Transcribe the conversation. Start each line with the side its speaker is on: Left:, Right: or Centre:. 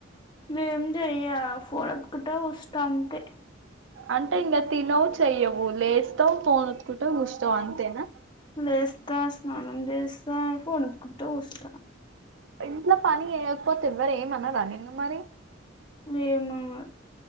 Left: ఏం చెయ్య ఫోనేత్కుంట సూస్త అంతే
Right: అంటే ఇంకా తినవు చెయ్యవు లేస్తావు ఫోన్ అటుకుంటావ్ చూస్తావ్ అంతేనా
Left: లేస్తా స్నానం చేస్తా ఫోన్ అట్టుకుంటూ చూస్తా
Right: ఇంట్లో పని చేయకపోతే ఎవరు ఏమన్నారా నిన్ను మరి
Left: ఏమనరూ